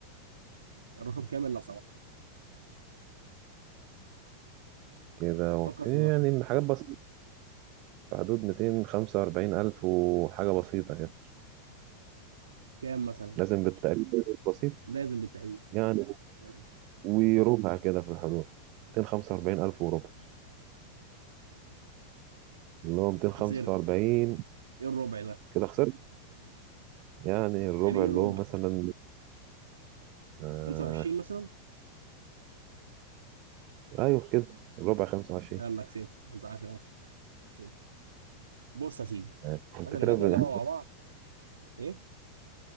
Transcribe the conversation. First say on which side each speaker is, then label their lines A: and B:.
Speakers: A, on the right (about 70°); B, on the right (about 40°).
A: الرقم كامل لو سمحت
B: كده وفي
A: فكر في الرقم
B: يعني حاجات بسيطة في حدود ميتين خمسة وأربعين ألف وحاجة بسيطة كده
A: كام مثلا
B: لازم بالتقريب بسيط
A: لازم بالتقريب
B: يعني
A: لازم
B: وربع كده في الحدود ميتين خمسة وأربعين ألف وربع اللي هو ميتين خمسة
A: خسرت
B: وأربعين
A: ايه الربع ده
B: كده خسرت يعني الربع
A: يعني ايه
B: اللي
A: ربع
B: هو مثلا آه
A: 25 مثلا
B: أيوه كده الربع خمسة وعشرين
A: يلا كسبت 15 نفسي كسبت بص يا سيدي
B: يعني. وانت
A: احنا
B: كده
A: لعبنا
B: ب...
A: اللعبه مع بعض ايه